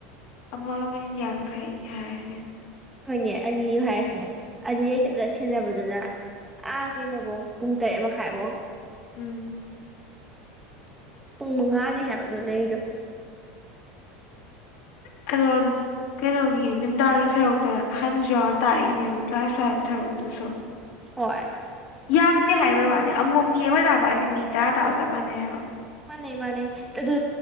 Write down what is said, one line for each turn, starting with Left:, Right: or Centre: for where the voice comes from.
Left: ꯑꯃꯒ ꯃꯤꯅꯤꯠ ꯌꯥꯡꯈꯩ ꯍꯥꯏꯔꯁꯦ
Centre: ꯑꯩꯈꯣꯏꯅꯦ ꯑꯅꯤ ꯍꯥꯏꯔꯤꯁꯤꯅꯦ ꯑꯅꯤꯔꯩ
Left: ꯎꯝ
Centre: ꯆꯠꯂꯁꯤ ꯁꯦꯟꯅꯕꯗꯨꯅ ꯑꯥ ꯀꯩꯅꯣꯐꯧ ꯄꯨꯡ ꯇꯔꯦꯠ ꯃꯈꯥꯏꯐꯥꯎ
Left: ꯎꯝ
Centre: ꯄꯨꯡ ꯃꯉꯥꯅꯤ ꯍꯥꯏꯕꯗꯣ ꯂꯩꯗꯣ ꯎꯝ
Left: ꯑꯗ ꯀꯩꯅꯣꯒꯤ ꯅꯨꯡꯗꯥꯡꯒꯤ ꯁꯔꯨꯛꯇ ꯑꯍꯟꯁꯨ ꯌꯥꯎꯔ ꯇꯥꯛꯏꯅꯦꯕ ꯀ꯭ꯂꯥꯁ ꯐꯥꯏꯚ ꯁꯔꯨꯛꯇꯨꯁꯨ
Centre: ꯍꯣꯏ
Left: ꯌꯥꯝꯗꯦ ꯍꯥꯏꯕꯩ ꯋꯥꯅꯤ ꯑꯃꯨꯛ ꯃꯤ ꯑꯃ ꯇꯥꯛꯄ ꯍꯥꯏꯁꯦ ꯃꯤ ꯇꯔꯥ ꯇꯥꯔ ꯆꯠ ꯃꯥꯟꯅꯩ ꯍꯥꯏꯕ
Centre: ꯃꯥꯅꯦꯩ ꯃꯥꯅꯦ ꯑꯗꯨ